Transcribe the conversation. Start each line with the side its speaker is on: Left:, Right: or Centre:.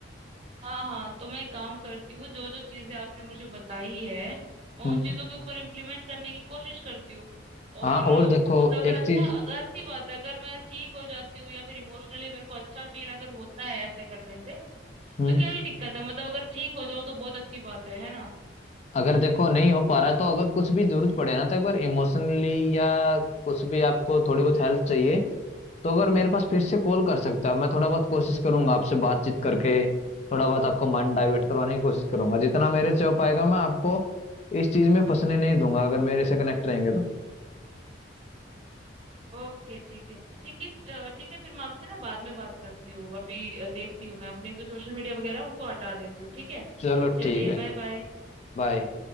Right: हाँ हाँ तो मैं एक काम करती हूँ जो जो चीजें आपने मुझे बताई है मैं
Left: हम्म
Right: उन चीजों के ऊपर इम्प्लीमेंट करने की कोशिश करती हूँ और
Left: हाँ
Right: अ,
Left: और देखो
Right: मतलब अगर
Left: एक
Right: अच्छा
Left: चीज
Right: अगर अच्छी बात है अगर मैं ठीक हो जाती हूँ या फिर इमोशनली मेरे को अच्छा फील अगर होता है ऐसे करने से
Left: हम्म
Right: तो क्या ही दिक्कत है मतलब अगर ठीक हो जाओ तो बहुत अच्छी बात है है ना
Left: अगर देखो नहीं हो पा रहा तो अगर कुछ भी जरूरत पड़े ना तो एक बार इमोशनली या कुछ भी आपको थोड़ी बहुत हेल्प चाहिए तो अगर मेरे पास फिर से कॉल कर सकता है मैं थोड़ा बहुत कोशिश करूंगा आपसे बातचीत करके थोड़ा बहुत आपका मन डाइवर्ट करवाने की कोशिश करूंगा जितना मेरे से हो पाएगा मैं आपको इस चीज में फंसने नहीं दूंगा अगर मेरे से कनेक्ट रहेंगे तो
Right: ओके ठीक है ठीक है अ, ठीक है फिर मैं आपसे ना बाद में बात करती हूँ अभी अ, देखती हूँ मैं अपने जो सोशल मीडिया वगैरह उनको हटा देती हूँ ठीक है
Left: चलो
Right: चलिए
Left: ठीक है
Right: बाय बाय
Left: बाय